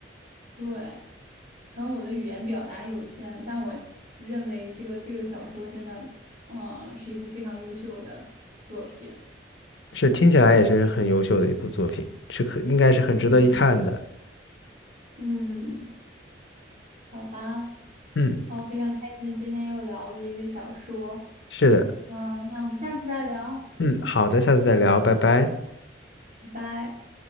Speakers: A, on the right; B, on the left.
A: 对，可能我的语言表达有限，但我认为这个这个小说真的，嗯，是一部非常优秀的作品。
B: 是听起来也是很优秀的一部作品，是很应该是很值得一看的。
A: 嗯，嗯，好吧，
B: 嗯
A: 哦，非常开心，今天又聊了这些小说。
B: 是的，
A: 嗯，那我们下次再聊，
B: 嗯，好的，下次再聊，拜拜。
A: 拜拜。